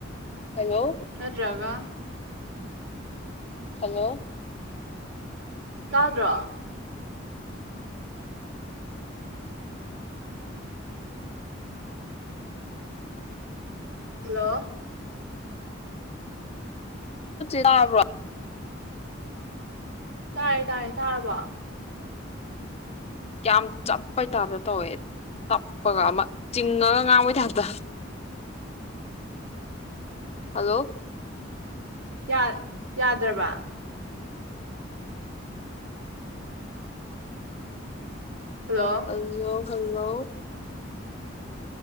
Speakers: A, on the left; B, on the right.
A: ꯍꯜꯂꯣ
B: ꯅ꯭ꯔꯒ
A: ꯍꯜꯂꯣ
B: ꯇꯥꯗ꯭ꯔ ꯍꯜꯂꯣ
A: ꯆꯕ꯭ꯔ
B: ꯇꯥꯔꯦ ꯇꯥꯔꯦ ꯇꯥꯔꯕꯣ
A: ꯀꯌꯥꯝ ꯆꯞꯄꯩꯇꯥꯥꯞꯇ ꯇꯧꯋꯦ ꯇꯞꯄꯒ ꯑꯃ ꯆꯤꯡꯉꯒ ꯉꯥꯡꯕꯩ ꯇꯥꯞꯇ ꯍꯜꯂꯣ
B: ꯌꯥꯔꯦ ꯌꯥꯗ꯭ꯔꯕ ꯍꯜꯂꯣ
A: ꯑꯣ ꯍꯜꯂꯣ